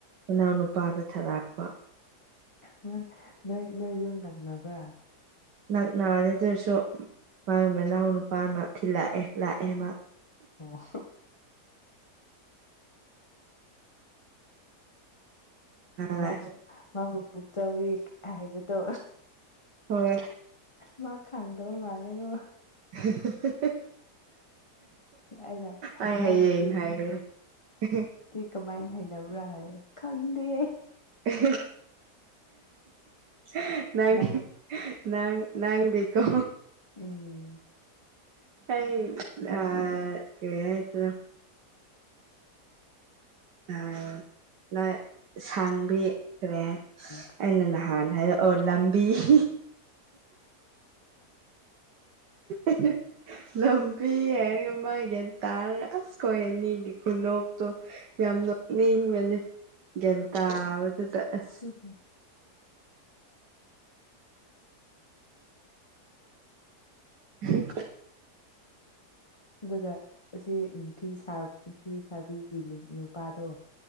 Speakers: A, on the right; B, on the left.
A: ꯏꯅꯥꯎꯅꯨꯄꯥꯗ ꯊꯥꯔꯛꯄ
B: ꯅꯣꯏ ꯅꯣꯏ ꯅꯣꯢꯌꯨꯝ ꯅꯛꯅꯕ꯭ꯔꯥ
A: ꯅꯛꯅꯥꯗꯦ ꯑꯗꯨ ꯑꯣꯢꯔꯁꯨ ꯃꯥꯒꯤ ꯃꯅꯥꯎꯅꯨꯄꯥꯅ ꯊꯤꯜꯂꯛꯑꯦ ꯂꯥꯛꯑꯦ ꯃꯥ
B: ꯑꯣ ꯍꯣ..... ꯃꯥꯕꯨ
A: ꯃꯥ
B: ꯃꯥꯕꯨ ꯄꯨꯛꯆꯥꯎꯕꯤ ꯍꯥꯏꯕꯗꯣ
A: ꯍꯣꯏ......
B: ꯃꯥ ꯈꯪꯗꯕ ꯃꯥꯜꯂꯦꯀꯣ
A: ꯍꯤ ꯍꯤ....
B: ꯑꯩꯅ
A: ꯑꯩ
B: ꯅꯪꯕꯨꯗꯤ
A: ꯍꯥꯌꯦꯡ ꯍꯥꯢꯔꯒꯦ.....
B: ꯀꯃꯥꯏ ꯍꯩꯅꯕ꯭ꯔꯥ ꯍꯥꯏꯔꯒ ꯈꯪꯗꯦ
A: ꯑꯍꯦ... ꯑꯍꯦ.... ꯅꯪꯒꯤ
B: ꯅꯪ
A: ꯅꯪ ꯅꯪꯗꯤꯀꯣ....
B: ꯎꯝ
A: ꯑꯩ ꯑ.... ꯀꯔꯤ ꯍꯥꯏꯁꯦꯔ ꯑ... ꯪ ꯁꯥꯡꯕꯤ ꯀꯔꯤ ꯍꯥꯢ
B: ꯎꯝ...
A: ꯑꯩꯅ ꯅꯍꯥꯟ ꯍꯥꯢꯔꯛꯑꯣ ꯂꯝꯕꯤ ꯍꯤ..... ꯢꯅꯨ.... ꯂꯝꯕꯤ ꯍꯥꯏꯔꯒ ꯃꯥ ꯒ꯭ꯌꯥꯟ ꯇꯥꯔꯒ ꯑꯁ ꯈꯣꯏ ꯑꯅꯤꯒꯤ ꯈꯨꯅꯣꯛꯇꯣ ꯌꯥꯝ ꯅꯣꯛꯅꯤꯡꯕꯅꯦ ꯒ꯭ꯌꯥꯟ ꯇꯥꯕꯗꯨꯗ ꯑꯁ
B: ꯎꯝꯝ
A: ꯍꯝ...
B: ꯑꯗꯨꯒ ꯑꯁꯤ ꯐꯤ ꯁꯥꯕꯤ ꯐꯤ ꯁꯥꯕꯤꯒꯤ ꯅꯨꯄꯥꯗꯣ